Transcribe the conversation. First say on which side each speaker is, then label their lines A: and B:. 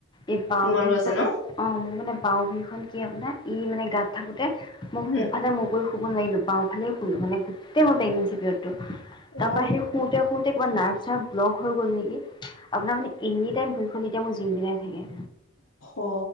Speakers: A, on the left; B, on the left.
A: এই বাওঁ
B: তোমাৰো
A: ভৰিখন
B: আছে ন
A: অ মোৰ মানে। বাওঁ ভৰিইখন কি আপোনাৰ ই মানে গাত থাকোঁতে। মোক
B: উম
A: সোৰফালে মোৰ। শুব নোৱাৰিলোঁ বাওঁফালে ফুল মানে। তে মই বেঙিঞ্চি। তাৰ
B: অ
A: পৰা সেই শুওঁতে শুওঁতে কিবা নাভ্। ছাৰ ব্লগ হৈ গ'ল নেকি আপোনাৰ মানে এনি টাইম ভৰিখন এতিয়া মোৰ জিম দিনাই থাকে।
B: অ